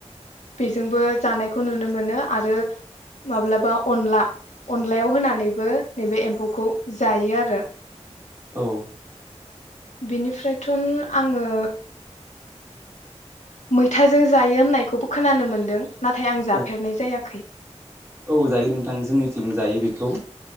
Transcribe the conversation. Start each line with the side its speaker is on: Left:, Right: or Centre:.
Left: बेजोंबो जानायखौ नुनो मोनो आरो माब्लाबा अनला अनलायाव होनानैबो नैबे एम्फौखौ जायो आरो।
Right: औ।
Left: बिनिफ्रायथ' आङो। मैथाजों जायो होननायखौबो खोनानो मोनदों। नाथाय आं जाफेरनाय
Right: औ
Left: जायाखै।
Right: औ जायो नोंथां जोंनिथिं जायो बेखौ